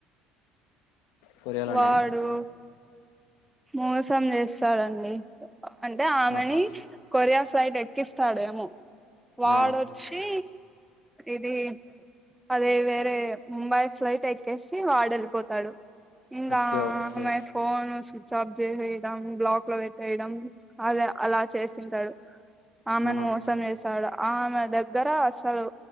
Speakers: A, on the left; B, in the centre.
A: కొరియాలోనే
B: వాడు మోసం చేస్తాడండి అంటే ఆమెణి
A: ఆహా
B: కొరియా ప్లైట్ ఎక్కిస్తాడేమో వాడొచ్చి
A: ఆ
B: ఇది అదే వేరే ముంబై ఫ్లైట్ ఎక్కేసి వాడు వెళ్ళిపోతాడు ఇంగ
A: ఓకే ఓకే
B: ఆమె ఫోను స్వి వేయడం బ్లాక్ లో పెట్టేయడం అద అలా చేస్తుంటాడు ఆమెను
A: ఆహా
B: మోసం చేేసాడు ఆమె దగ్గర అస్సలు